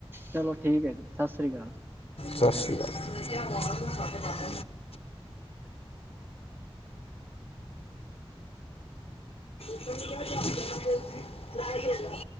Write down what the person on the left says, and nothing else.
ਸਤਿ ਸ਼੍ਰੀ ਅਕਾਲ। <unintelligible>